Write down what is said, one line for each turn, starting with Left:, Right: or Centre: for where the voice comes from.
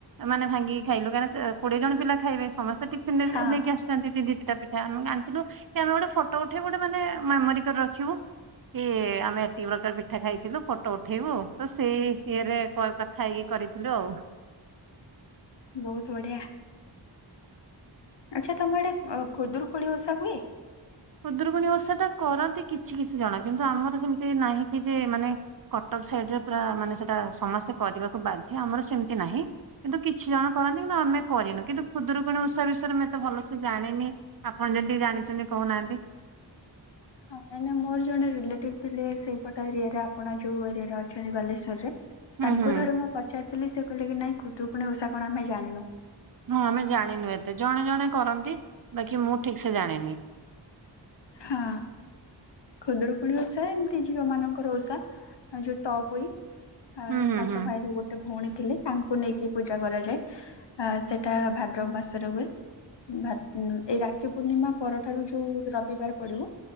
Right: ମାନେ ଭାଙ୍ଗିକି ଖାଇଲୁ କାହିଁକିନା କୋଡିଏ ଜଣ ପିଲା ଖାଇବେ ସମସ୍ତେ ଟିଫିନରେ
Left: ହଁ
Right: ନେଇକି ଆସୁ ଦିଦି ପିଠା ପିଠା ଆମେ ଆାଣିଥିଲୁ କି ଆମେ ଗୋଟେ ଫଟୋ ଉଠେଇ ଗୋଟେ ମାନେ ମେମୋରି କରି ରଖିବୁ। କି ଆମେ ଏତିକି ପ୍ରକାର ପିଠା ଖାଇଥିଲୁ ଫୋଟ ଉଟ ଉଠେଇବୁ ତ ସେଇ ଇଏରେ କଥା ହେଇକି କରିଥିଲୁ ଆଉ।
Left: ବହୁତ ବଢିଆ ଆଛା ତମଆଡେ ଖୁଦୁରୁକୁଣୀ ଓଷା ହୁଏ?
Right: ଖୁଦୁରୁକୁଣୀ ଓଷାଟା କରନ୍ତି କିଛି କିଛି ଜଣ କିନ୍ତୁ ଆମର ସେମିତି ନାହିଁ କି ଯେ ମାନେ କଟକ ସାଇଟରେ ପୁରା ମାନେ ସେଟା ସମସ୍ତେ କରିବାକୁ ବାଧ୍ୟ ଆମର ସେମିତି ନାହିଁ କିନ୍ତୁ କିଛି ଜଣ କରନ୍ତି କିନ୍ତୁ ଆମେ କରିନୁ କିନ୍ତୁ ଖୁଦୁରୁକୁଣୀ ଉଷା ବିଷୟରେ ମୁଁ ଏତେ ଭଲସେ ଜାଣିନି ଆପଣ ଯଦି ଜାଣିଛନ୍ତି କହୁନାହାନ୍ତି?
Left: ହଁ ନାଇଁ ନାଇଁ ମୋର ଜଣେ ରିଲେଟିଭ ଥିଲେ ସେଇପଟ ଏରିଆରେ ଆପଣ ଯୋଉ ଏରିଆରେ ଅଛନ୍ତି ବାଲେଶ୍ୱରରେ।
Right: ହୁଁ
Left: ତାଙ୍କୁ
Right: ହୁଁ
Left: ଥରେ ମୁଁ ପଚାରିଥିଲି ସେ କହିଲେ କି ନାଇଁ ଖୁଦୁକୁଣଣି ଉଷା କଣ ଆମେ ଜାଣିନୁ।
Right: ହଁ ଆମେ ଜାଣିନୁ ଏତେ ଜଣେ ଜଣେ କରନ୍ତି ବାକି ମୁଁ ଠିକ ସେ ଜାଣିନି।
Left: ହଁ। ଖୁଦୁରୁକୁଣି ଓଷା ଏମିତି ଝିଅ ମାନଙ୍କର ଓଷା ଯୋଉ ତଅପୋଇ। ଆଉ
Right: ହୁଁ ହୁଁ
Left: ସାତ
Right: ହୁଁ।
Left: ଭାଇରେ ଗୋଟେ ଭଉଣୀ ଥିଲେ ତାଙ୍କୁ ନେଇକି ପୂଜା କରାଯାଏ। ଅ ସେଟା ଭାଦ୍ରବ ମାସ ରେ ହୁଏ। ଏଇ ରାକ୍ଷୀ ପୂର୍ଣ୍ଣିମା ପରଠାରୁ ଯୋଉ ରବିବାର ପଡିବ